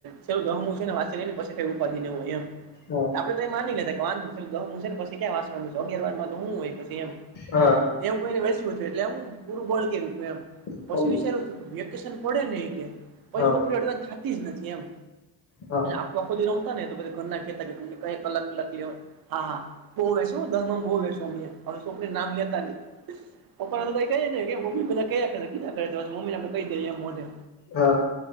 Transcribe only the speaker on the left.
હા.
હા
સમજી
હા
હા
હા.